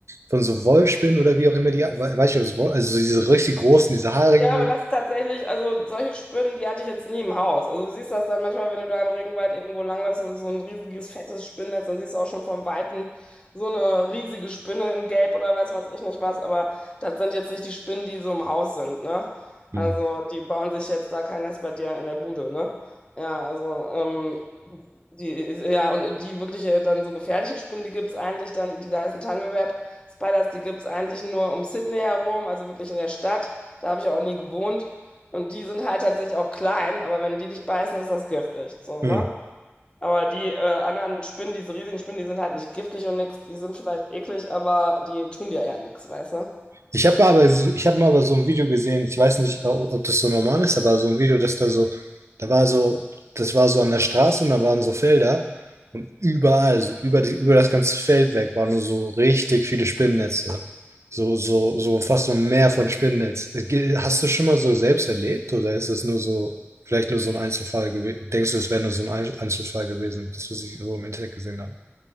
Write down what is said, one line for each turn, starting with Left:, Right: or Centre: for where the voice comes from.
Right: von so Wolfsspinnen oder wie auch immer die, weiß ich, ob es Wolf- also so diese richtig großen, diese haarigen.
Left: Ja, aber das tatsächlich, also solche Spinnen, die hatte ich jetzt nie im Haus. Also du siehst das dann manchmal, wenn du da im Regenwald irgendwo langläufst und so ein riesiges, fettes Spinnennetz, dann siehst du auch schon vom Weiten so eine riesige Spinne in Gelb oder weiß was ich nicht was. Aber das sind jetzt nicht die Spinnen, die so im Haus sind, ne?
Right: Hm.
Left: Also die bauen sich jetzt da kein Nest bei dir in der Bude, ne? Ja, also ähm, die, ja, und die wirklich äh, dann so gefährlichen Spinnen, die gibt's eigentlich dann, die heißen Tunnelweb Spiders, die gibt's eigentlich nur um Sydney herum, also wirklich in der Stadt. Da habe ich auch nie gewohnt. Und die sind halt tatsächlich auch klein, aber wenn die dich beißen, ist das giftig. So,
Right: Hm.
Left: ne? Aber die äh, anderen Spinnen, diese riesigen Spinnen, die sind halt nicht giftig und nix. Die sind vielleicht eklig, aber die tun dir ja nichts, weißt du?
Right: Ich habe aber, so, ich habe mal aber so ein Video gesehen, ich weiß nicht, ob ob das so normal ist, aber so ein Video, dass da so, da war so, das war so an der Straße und da waren so Felder und überall, so über die, über das ganze Feld weg, waren nur so richtig viele Spinnennetze. So, so, so fast so ein Meer von Spinnennetz. Ge- Hast du schon mal so selbst erlebt oder ist es nur so, vielleicht nur so ein Einzelfall gewesen? Denkst du, es wäre nur so ein Ein- Einzelfall gewesen, das, was ich so im Internet gesehen habe?